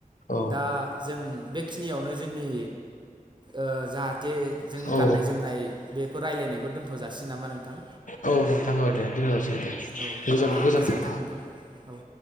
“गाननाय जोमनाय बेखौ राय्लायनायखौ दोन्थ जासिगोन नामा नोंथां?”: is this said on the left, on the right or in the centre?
Right